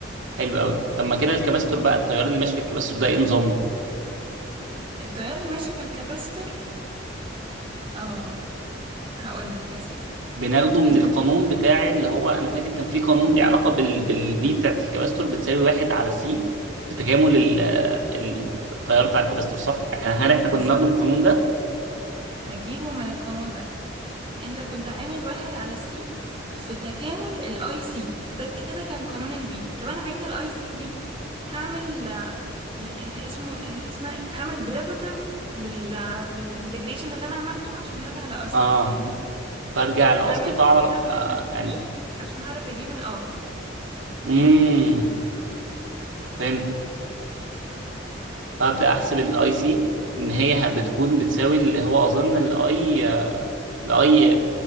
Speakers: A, on the right; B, on the right.
A: حلو قوي طب ما كده الكباستور بقى التيار اللي ماشي في الكباستور ده ايه نظامه
B: التيار الماشي في الكباستور اه هقول لك يا سيدي
A: بناخده من
B: انت
A: القانون
B: دلوقتي
A: بتاع اللي هو انا فاكر كان في قانون ليه علاقه بال بالفي بتاعت الكباستور بتساوي واحد على سي في تكامل ال- ال- التيار بتاع الكباستور صح؟ احنا هل احنا
B: بالظبط
A: كنا بناخده من القانون ده؟
B: هتجيبه من القانون ده انت كنت عامل واحد على السي في تكامل الاي سي ده كده كان قانون الفي طب انا عايزه الاي سي دي هعمل آه، يعني اسمه اسمها ايه هعمل ديريفاتيف لل للانتجريشن اللي انا عملته عشان ارجع لاصلي
A: اه
B: فاهمني
A: فارجع
B: يعني
A: لاصلي
B: هعمل
A: فاعرف
B: ديريفاتيف
A: آه،
B: للفي
A: يعني
B: عشان اعرف اجيب الاي
A: امم فهمتك فابدا احسب الاي سي ان هي ه- بتكون بتساوي اللي هو اظن الاي الاي